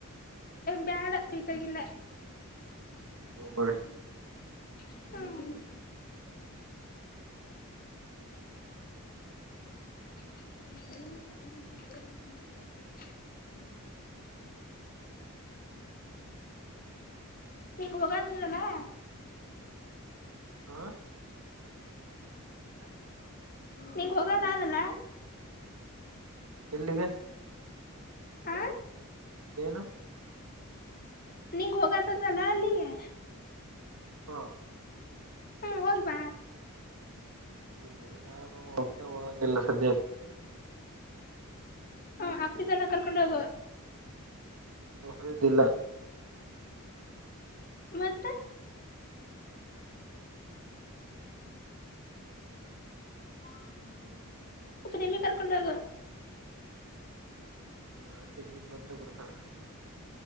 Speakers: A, on the left; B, on the right.
A: ಬ್ಯಾಡ ಬೇಕಾಗಿಲ್ಲ.
B: ಬರಿ.
A: ಹ್ಮ. <inaudible> ಹಿಂಗ್ ಹೊಗದಿಲಲ್ಲ.
B: ಹಾ
A: ನಿಂಗ್ ಹೋಗದಾದಲ್ಲ.
B: ಎಲ್ಲಿಗೆ.
A: ಹಾ.
B: ಏನು.
A: ನಿಂಗ್ ಹೋಗದದಲ್ಲಾ ಅಲ್ಲಿಯೇ.
B: ಹಾ.
A: ಹ್ಮ್ ಹೋಗ್ಬಾ.
B: ಹ್ಮ ನಾನು ಒಬ್ನೆ ಹೋಗಂಗಿಲ್ಲ ಸದ್ಯಕ್ಕೆ.
A: ಹ ಅಪ್ರಿದಲ್ಲ ಕರ್ಕೊಂಡ್ ಹೋಗು.
B: ಅಫ್ರದ್ ಇಲ್ಲ.
A: ಮತ್ತೆ. <unintelligible> ಕರ್ಕೊಂಡೊಗು.
B: ಹಕಿ ನಿನ್ ಬಂದ್ರೆ ಬರ್ತಳ.